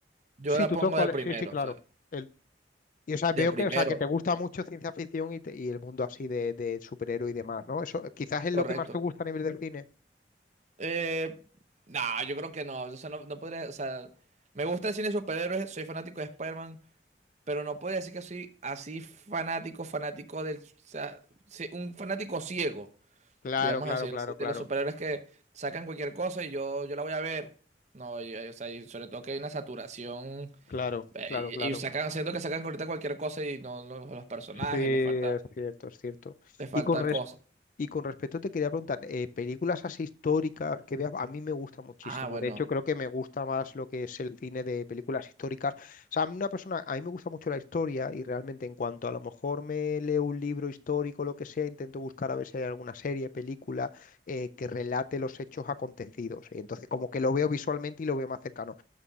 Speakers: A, on the right; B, on the left.
A: yo
B: sí,
A: la
B: tú
A: pongo
B: todo cuál
A: de primero,
B: es, sí, sí, claro.
A: o sea,
B: El, y o sea,
A: de
B: veo
A: primero.
B: que, o sea, que te gusta mucho ciencia ficción y, te- y el mundo así de, de superhéroe y demás, ¿no? Eso quizás es lo
A: Correcto.
B: que más te gusta a nivel del cine.
A: Eh, no, yo creo que no. O sea, no, no podría, o sea, me gusta el cine de superhéroes, soy fanático de Spider-Man, pero no podría decir que soy así fanático, fanático del, o sea, sí, un fanático ciego,
B: Claro,
A: digamos
B: claro,
A: decir
B: claro,
A: así,
B: claro,
A: de los superhéroes que sacan cualquier cosa y yo, yo la voy a ver. No, y, y, o sea, y sobre todo que hay una saturación
B: claro,
A: eh,
B: claro,
A: y,
B: claro.
A: y sacan, siento que sacan ahorita cualquier cosa y no los, los personajes,
B: Sí, es
A: les falta,
B: cierto, es cierto.
A: les falta
B: Y con
A: cosas.
B: Y con respecto te quería preguntar, eh, películas así históricas que veas, a mí me gusta muchísimo.
A: Ah, bueno,
B: De hecho, creo que me gusta más lo que es el cine de películas históricas. O sea, a mí una persona, a mí me gusta mucho la historia y realmente en cuanto a lo mejor me leo un libro histórico, lo que sea, intento buscar a ver si hay alguna serie, película eh, que relate los hechos acontecidos. Y entonces, como que lo veo visualmente y lo veo más cercano,